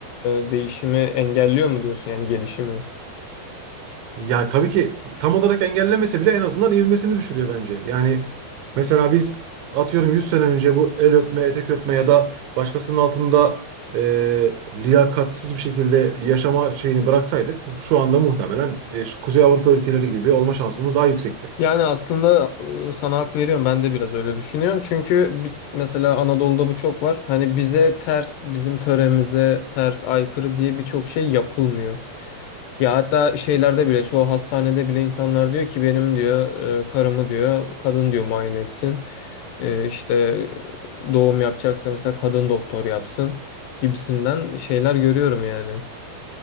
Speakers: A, on the left; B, on the right.
A: e, değişimi engelliyor mu diyorsun yani gelişimi?
B: Ya tabii ki tam olarak engellemese bile en azından ivmesini düşürüyor bence. Yani mesela biz atıyorum 100 sene önce bu el öpme, etek öpme ya da başkasının altında e, liyakatsız bir şekilde yaşama şeyini bıraksaydık şu anda muhtemelen e, şu Kuzey Avrupa ülkeleri gibi olma şansımız daha yüksekti.
A: Yani aslında e, sana hak veriyorum. Ben de biraz öyle düşünüyorum. Çünkü bi- mesela Anadolu'da bu çok var. Hani bize ters, bizim töremize ters, aykırı diye birçok şey yapılmıyor. Ya hatta şeylerde bile, çoğu hastanede bile insanlar diyor ki benim diyor e, karımı diyor, kadın diyor muayene etsin. E, işte doğum yapacaksa mesela kadın doktor yapsın gibisinden şeyler görüyorum yani.